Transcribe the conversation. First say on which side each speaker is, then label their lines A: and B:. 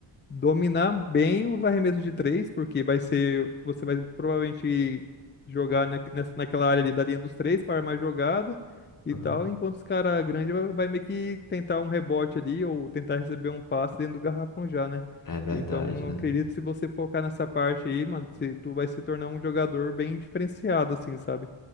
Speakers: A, on the left; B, on the left.
A: dominar bem os arremessos de três, porque vai ser, você vai provavelmente jogar na, nessa- naquela área ali da linha dos três para armar jogada e
B: uhum.
A: tal, enquanto os caras grandes vai, vai meio que tentar um rebote ali ou tentar receber um passe dentro do garrafão já, né?
B: É verdade,
A: Então, eu
B: né?
A: acredito que se você focar nessa parte aí, mano, você, tu vai se tornar um jogador bem diferenciado, assim, sabe?